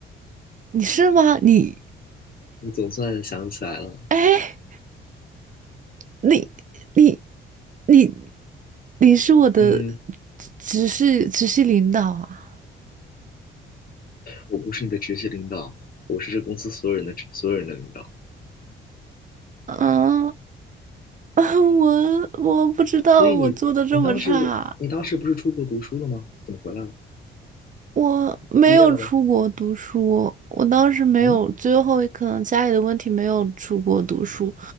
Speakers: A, on the right; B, on the left.
A: 你是吗？你
B: 你总算想起来了。
A: 哎，你你你你是我的
B: 嗯，
A: 直直系直系领导啊？
B: 我不是你的直系领导，我是这公司所有人的直所有人的领导。
A: 啊，<laughs> 我我不知道我做的这么差，
B: 所以你你当时不你当时不是出国读书了吗？怎么回来了？
A: 我没有出国读书，
B: 毕业了吗？
A: 我当时没有，
B: 嗯，
A: 最后可能家里的问题没有出国读书，